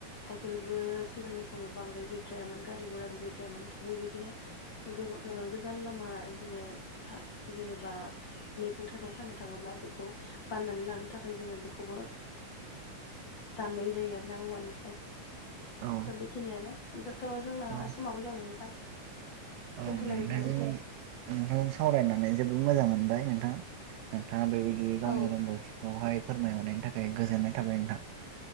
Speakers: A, on the left (about 60°); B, on the right (about 85°).
A: साइकेलबो सिगांनि समाव बांद्राय गैद्रायामोन गारि घराबो गैद्रायामोन। बेबायदिनो गोबां ओ गोजान लामा बिदिनो हा जेनोबा मैगं थाइगं फाननो थांङोब्ला बेखौ बाननानै लांनो थाखाय जोंङो बेखौबो दाननाय जायो आरो ना औवानिफ्राय
B: औ
A: दा बेखिनियानो। बिदिबाथ जोंना
B: औ
A: समाबो जाबाय नोंथां?
B: औ
A: दोनथ'लायनोसै
B: नोंथां
A: नामा
B: नोंथां सावरायनानै जोबोद मोजां मोनबाय नोंथां। नोंथाङा बेबायदि गावनि
A: औ
B: रोंगौथिखौहाय फोरमायहरनायनि थाखाय गोजोननाय थाबाय नोंथां।